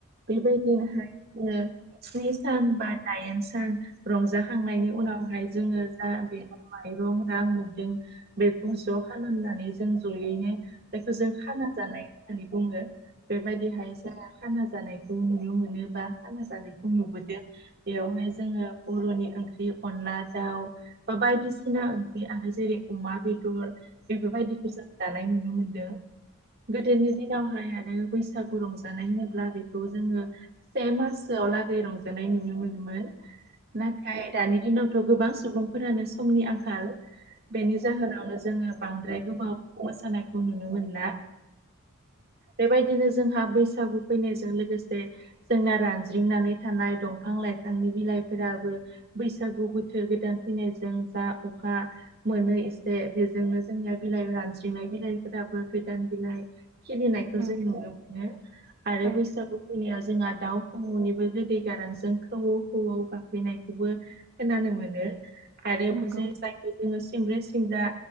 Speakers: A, on the right; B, on the right.
A: बे बायदिनोहाय स्नि सान बा दाइन सान रंजा खांनायनि उनावहाय जोङो जा बि माइरं रां मोनदों बेखौ ज' खालामनानै जों जयैनो बेखौ जों खाना जानाय होननानै बुङो। बे बायदिहाय जोङो खाना जानायखौ नुनो मोनो बा खाना जानायखौ नुबोदों। बेयावहाय जोङो बर'नि ओंख्रि अनला दाउ, बा बायदिसिना ओंख्रि आरो जेरै- अमा बेदर, बेफोरबायदिखौ जों जानाय नुनो मोनदों। गोदोनि दिनावहाय आरो बैसागु रंजानाय होनोब्ला बेखौ जोङो से मास लागै रंजानाय नुनो मोनोमोन। नाथाय दानि दिनावथ' गोबां सुबुंफोरानो समनि आंखाल। बेनि जाहोनावनो जोङो बांद्राय गोबाव मोसानायखौ नुनो मोनला बेबायदिनो जोंहा बैसागु फैनायजों लोगोसे जोंना रानज्रिंनानै थानाय दंफां लाइफांनि बिलाइफोराबो बैसागु बोथोर गोदान फैनायजों जा अखा मोनो एसे बेजोंनो जोंनिया बिलाइ रानज्रिंनाय बिलाइफोराबो गोदान बिलाइ खलिनायखौ
B: औ
A: जों नुनो मोनो आरो
B: औ
A: बैसागु फैनायाव जोंहा दाउ खौऔनिबो गोदै गारांजों खौवौ खौवौ गाबफैनायखौबो खोनानो मोनो आरो
B: नंगौ
A: बि जिबायदि जोङो सिमब्रे सिमब्रा